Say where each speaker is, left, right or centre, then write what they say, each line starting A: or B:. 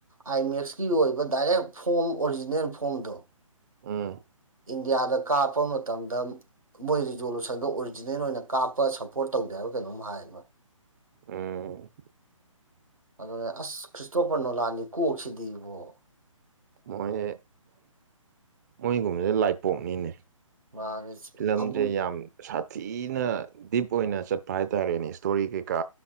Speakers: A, on the right; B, on the right.
A: ꯑꯥꯏ ꯃꯦꯛꯁꯀꯤ ꯑꯣꯏꯕ ꯗꯥꯏꯔꯦꯛ ꯐꯣꯝ ꯑꯣꯔꯤꯖꯤꯅꯦꯜ ꯐꯣꯝꯗꯣ
B: ꯎꯝ
A: ꯏꯟꯗꯤꯌꯥꯗ ꯀꯥꯞꯄ ꯃꯇꯝꯗ ꯃꯣꯏ ꯔꯤꯖꯣꯂꯨꯁꯟꯗꯣ ꯑꯣꯔꯤꯖꯤꯅꯦꯜ ꯑꯣꯏꯅ ꯀꯥꯞꯄ ꯁꯞꯄꯣꯔꯠ ꯇꯧꯗꯦ ꯍꯥꯏꯕ ꯀꯩꯅꯣꯝ ꯍꯥꯏ
B: ꯎꯝ
A: ꯑꯗꯨꯅꯦ ꯑꯁ ꯈ꯭ꯔꯤꯁꯇꯣꯄꯔꯅꯣꯂꯥꯅꯤ ꯀꯣꯛꯁꯤꯗꯤ ꯏꯕꯣ
B: ꯃꯣꯏ ꯃꯣꯏꯒꯨꯝꯕꯁꯦ ꯂꯥꯏꯄꯣꯛꯅꯤꯅꯦ
A: ꯃꯥꯁꯦ
B: ꯐꯤꯂꯝꯁꯦ
A: ꯑꯃꯨꯠ
B: ꯌꯥꯝ ꯁꯥꯊꯤꯅ ꯗꯤꯞ ꯑꯣꯏꯅ ꯆꯠꯄ ꯍꯥꯏꯇꯥꯔꯦꯅꯦ ꯏꯁꯇꯣꯔꯤ ꯀꯩꯀꯥ